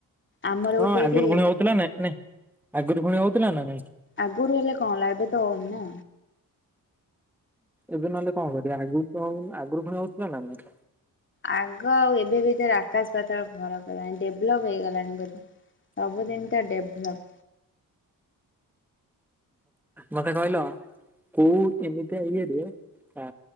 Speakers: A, on the left; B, in the centre.
A: ଆମର
B: ହୁଁ
A: ଗୋଟେ
B: ଆଗରୁ
A: ଏଠି
B: ଫୁଣି ହଉଥିଲା ନା ନାଇଁ ନାଇଁ ଆଗରୁ ଫୁଣି ହଉଥିଲା ନା ନାଇଁ।
A: ଆଗରୁ ହେଲେ କଣ ହେଲା ଏବେ ତ ହଉନି ନା
B: ଏବେ ନହେଲେ କଣ କରିବା ଆଗରୁ ତ ଆଗରୁ ଫୁଣି ହଉଥିଲା ନା ନାଇଁ?
A: ଆଗ ଆଉ ଏବେ ଭିତରେ ଆକାଶ ପାତାଳ ଫରକ ହେଲାଣି ଡେଭଲପ୍ ହେଇଗଲାଣି ଏବେ। ସବୁଦିନ୍ ଟା ଡେଭଲପ୍।
B: ମତେ କହିଲ କୋଉ ଏମିତିଆ ଇଏରେ ଆ